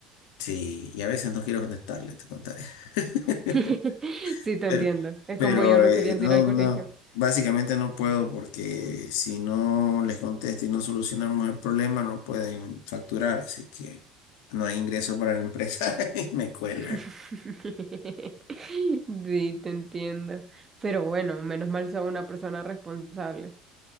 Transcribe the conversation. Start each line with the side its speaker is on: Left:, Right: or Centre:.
Left: Sí, y a veces no quiero contestarle, te contaré. <laughs>
Right: <laughs> Sí, te
Left: Pero,
Right: entiendo. Es
Left: pero
Right: como yo no
Left: eh,
Right: queriendo
Left: no,
Right: ir al
Left: no,
Right: colegio.
Left: básicamente no puedo porque si no les contesto y no solucionamos el problema, no pueden facturar, así que no hay ingreso para la empresa <laughs> y me cuelgan.
Right: <laughs> Sí, te entiendo. Pero bueno, menos mal soy una persona responsable.